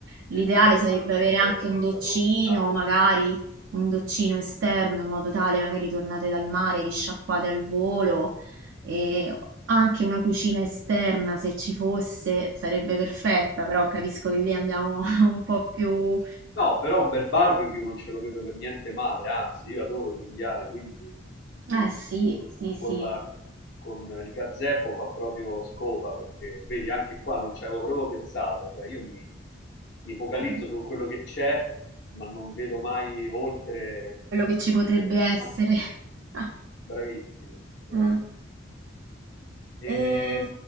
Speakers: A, on the right; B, on the left.
A: L'ideale
B: Vedi, pure questa
A: sarebbe
B: del
A: avere anche
B: l'erba non
A: un doccino,
B: ce l'avevo comprata.
A: magari un doccino esterno, in modo tale magari tornate dal mare, vi sciacquate al volo e anche una cucina esterna, se ci fosse, sarebbe perfetta, però capisco che lì andiamo <laughs> un po' più...
B: No, però un bel barbecue non ce lo vedo per niente male, anzi, io adoro grigliare, quindi sì,
A: Eh sì,
B: col-
A: sì,
B: con,
A: sì.
B: la- con il gazebo fa proprio scopa, perché vedi, anche qua non ci avevo proprio pensato, cioè io mi, mi focalizzo
A: Mm,
B: su quello che c'è, ma non vedo mai oltre,
A: quello che ci
B: e,
A: potrebbe
B: e-
A: essere.
B: e non-
A: <laughs> Ah,
B: bravissimo, bravissimo.
A: ah.
B: E
A: E...